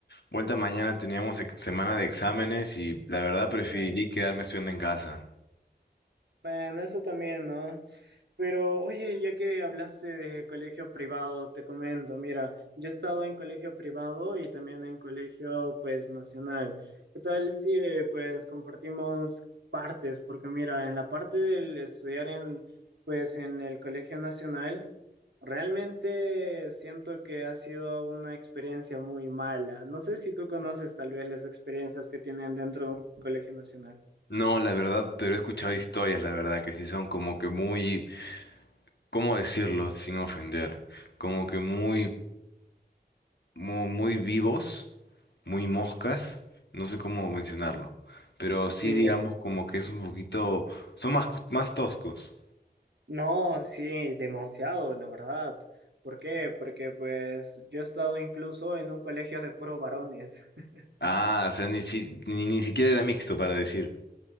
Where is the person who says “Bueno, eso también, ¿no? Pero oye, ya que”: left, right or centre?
Right